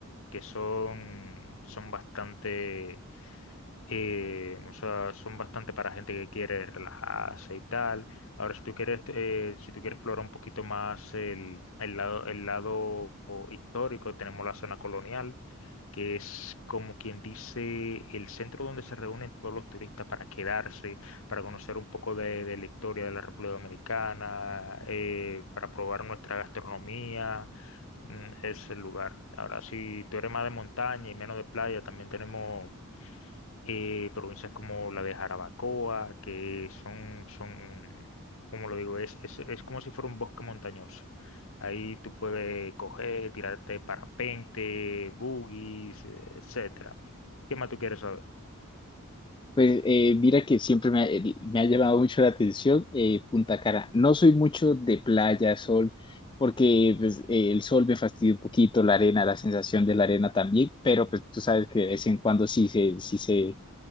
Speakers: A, on the left; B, on the left.
A: que son, son bastante, eh, o sea, son bastante para gente que quiere relajarse y tal. Ahora, si tú quieres, eh, si tú quieres explorar un poquito más el, el lado, el lado histórico, tenemos la zona colonial que es como quien dice el centro donde se reúnen todos los turistas para quedarse, para conocer un poco de, de la historia de la República Dominicana, eh, para probar nuestra gastronomía, mm, es el lugar. Ahora, si tú eres más de montaña y menos de playa, también tenemos eh, provincias como la de Jarabacoa, que son, son, como lo digo, es, es, es como si fuera un bosque montañoso. Ahí tú puedes coger, tirarte parapente, buggies, eh, etcétera. ¿Qué más tú quieres saber?
B: Pues eh, mira que siempre me ha, el- me ha llamado mucho la atención eh, Punta Cana. No soy mucho de playa, sol, porque pues, eh, el sol me fastidia un poquito, la arena, la sensación de la arena también, pero pues tú sabes que de vez en cuando sí se, sí se,